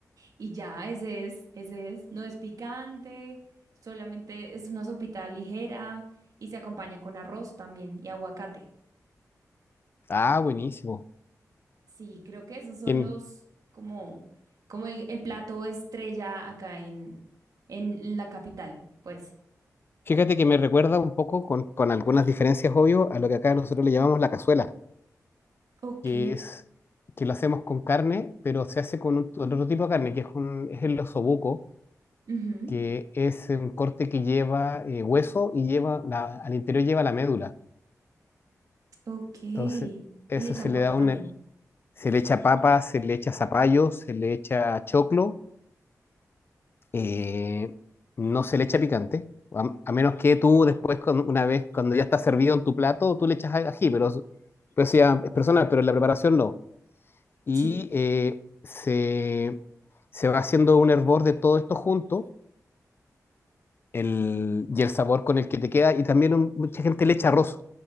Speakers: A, on the right (about 80°); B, on the left (about 40°).
A: Y ya, ese es, ese es. No es picante, solamente es una sopita ligera y se acompaña con arroz también y aguacate.
B: Ah, buenísimo.
A: Sí, creo que esos son
B: Bien.
A: los, como, como el, el plato estrella acá en, en la capital, pues.
B: Fíjate que me recuerda un poco, con, con algunas diferencias, obvio, a lo que acá nosotros le llamamos la cazuela,
A: Ok,
B: que es que lo hacemos con carne, pero se hace con, un- con otro tipo de carne, que es, un, es el osobuco,
A: Ujú.
B: que es un corte que lleva eh, hueso y lleva la- al interior lleva la médula.
A: ok. Y
B: Entonces, eso
A: le echan
B: se le
A: papa
B: da
A: también.
B: una, se le echa papa, se le echa zapallo, se le echa choclo eh, no se le echa picante, a, a menos que tú después, con- una vez cuando ya está servido en tu plato, tú le echas a- ají, pero, eso- pero eso ya es personal, pero en la preparación no. Y
A: Sí.
B: eh, se, se va haciendo un hervor de todo esto junto el, y el sabor con el que te queda. Y también un- mucha gente le echa arroz,